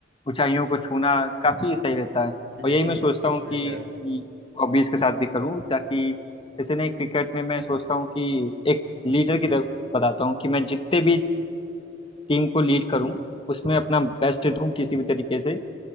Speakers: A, on the left; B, on the right.
A: ऊंचाइयों को छूना काफ़ी सही रहता है और
B: ये
A: यही
B: तो
A: मैं सोचता
B: बिल्कुल
A: हूँ
B: सही
A: कि
B: है
A: हॉबीज़ के साथ भी करूँ ताकि जैसे नहीं क्रिकेट में मैं सोचता हूँ कि एक लीडर की तरफ बताता हूँ कि मैं जितने भी टीम को लीड करूं उसमें अपना बेस्ट दूं किसी भी तरीके से